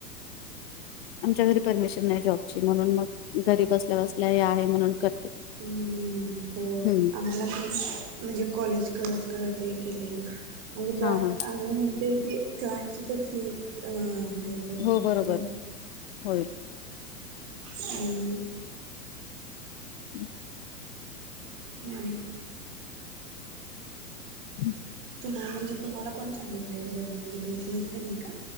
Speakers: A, on the left; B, on the right.
A: आमच्या घरी परमिशन नाही जॉबची म्हणून मग घरी बसल्या बसल्या हे आहे म्हणून करते.
B: हम् हो
A: हम्म
B: आम्हाला पण. म्हणजे कॉलेज करत करत हे केलेले म्हणजे
A: हा
B: आम्ही
A: हा
B: म्हणते की. क्लासची तर अ हे. पडू
A: हो
B: शकते
A: बरोबर होय.
B: हम्.
A: हम्म.
B: आणि.
A: हम्म.
B: तुम्हाला म्हणजे सांगितला कोणी सांगितलं हे सगळ म्हणजे तुमची मैत्री हे का.